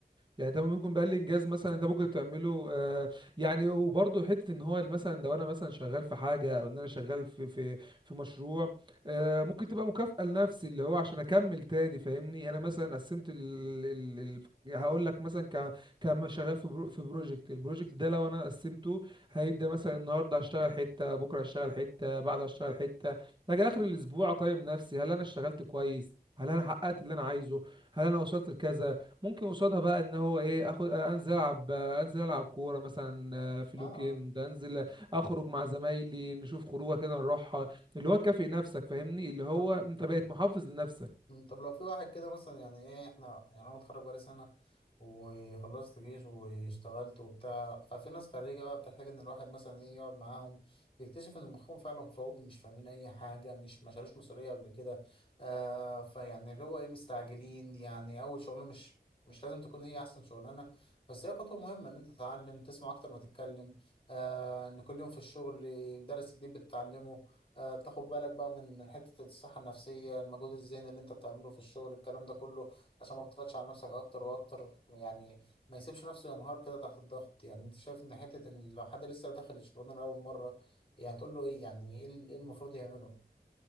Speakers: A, on the right; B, on the left.
A: يعني ده ممكن بقى الانجاز مثلا انت ممكن تعمله آه، يعني وبرضه حته ان هو مثلا لو انا مثلا شغال في حاجه او ان انا شغال في في في مشروع آه، ممكن تبقى مكافاه لنفسي اللي هو عشان اكمل تاني فاهمني انا مثلا قسمت ال ال ال هقول لك مثلا ك كما شغال في برو في بروجكت البروجكت ده لو انا قسمته هيبدا مثلا النهارده هشتغل حته بكره هشتغل حته بعده هشتغل حته اجي اخر الاسبوع اقيم نفسي هل انا اشتغلت كويس هل انا حققت اللي انا عايزه هل انا وصلت لكذا ممكن قصادها بقى ان هو ايه اخد انزل العب انزل العب كوره مثلا آه، في الويك
B: اه, آه.
A: اند انزل اخرج مع زمايلي نشوف خروجه كده نروحها اللي هو كافئ نفسك فاهمني اللي هو
B: طب
A: انت بقيت محافظ لنفسك
B: مم، طب لو في واحد كده مثلا يعني ايه احنا يعني انا متخرج بقالي سنة وخلصت جيش واشتغلت وبتاع ففي ناس خريجة بقى بتحتاج ان الواحد مثلا ايه يقعد معاهم بيكتشف ان مخهم فعلا فاضي مش فاهمين اي حاجة مش ما شالوش مسؤولية قبل كده آه فيعني اللي هو ايه مستعجلين يعني اول شغلانة مش مش لازم تكون هي احسن شغلانه بس هي خطوه مهمه ان انت تتعلم تسمع اكتر ما تتكلم آه ان كل يوم في الشغل درس جديد بتتعلمه آه، تاخد بالك بقى من من حتة الصحة النفسية المجهود الذهني اللي انت بتعمله في الشغل الكلام ده كله عشان ما تضغطش على نفسك اكتر واكتر يعني ما يسيبش نفسه ينهار كده تحت الضغط يعني انت شايف ان حتة ان لو حد لسه داخل الشغلانة لأول مرة يعني تقول له ايه يعني ايه ال- إيه المفروض يعمله